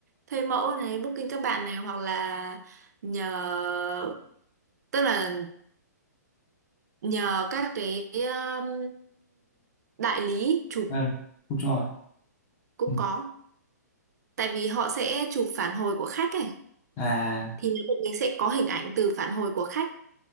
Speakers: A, on the right; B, on the left.
A: thuê mẫu này booking các bạn này hoặc là nhờ tức là nhờ các cái um, đại lý chụp
B: Ờ, chụp cho à?
A: cũng
B: Ừ.
A: có tại vì họ sẽ chụp phản hồi của khách ấy
B: À
A: thì bọn mình sẽ có hình ảnh từ phản hồi của khách